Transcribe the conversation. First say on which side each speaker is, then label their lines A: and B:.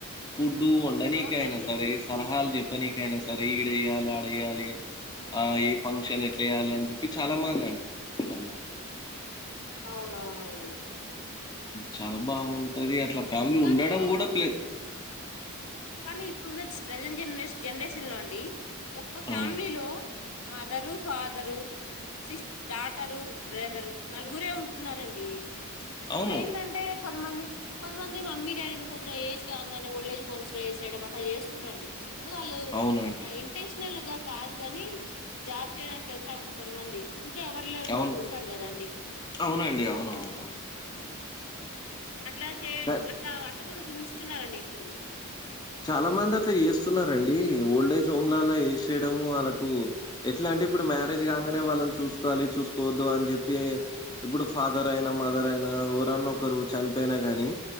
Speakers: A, on the left; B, on the left.
A: ఫుడ్ అడనికైనా
B: అవునండి
A: సరే
B: అవును
A: సలహాలు చెప్పనీకయినా సరే ఈడేయ్యాలి ఆడయాలి ఆ ఏ ఫంక్షన్ ఎట్లా వెయ్యాలి అని చెప్పి చాలా మంది అంటారు అట్లా అన్నట్టు
B: అవునవునండి
A: చాలా బాగుంటది అట్లా ఫ్యామిలీ
B: కానీ
A: ఉండడం కూడా పలేదు
B: కానీ ఇప్పుడున్న ప్రజెంట్ జనరే జనరేషన్ లో అండి ఒక్క ఫ్యామిలీలో
A: అవునండి.
B: mother father sis daughter brother నలుగురే ఉంటున్నారండి ఇప్పుడు
A: అవును.
B: ఏంటంటే కొంతమంది కొంతమంది మమ్మీ డాడీని కొంచెం ఏజ్ కాగానే ఓల్డ్ ఏజ్ హోమ్స్ వేసేయడం అట్లా చేస్తున్నారండి వాళ్ళు
A: అవునండి.
B: ఇంటెన్షల్ గా కాదు కాని జాబ్ చేయడానికి వెళ్తా ఉంటు కొంతమంది ఇంట్లో ఎవరిలో
A: అవును.
B: ఉంటారు కదాండి
A: అవునండి. అవునవునవును.
B: అట్లా చే
A: క
B: అట్లా అట్ట కూడా చూంచుతున్నారండి ఇప్పుడు
A: చాలా మంది అట్లా చేస్తున్నారుారంండి ఓల్డేజ్ హోమ్లలా చేసేయడము వాళ్ళకు ఎట్లా అంటే ఇప్పుడు మ్యారేజ్ కాగానే వాళ్ళని చూసుకోవాలి చూసుకోవద్దు అని చెప్పి ఇప్పుడు ఫాదర్ అయినా మదర్ అయినా ఎవరన్న ఒకరు చనిపోయిన గాని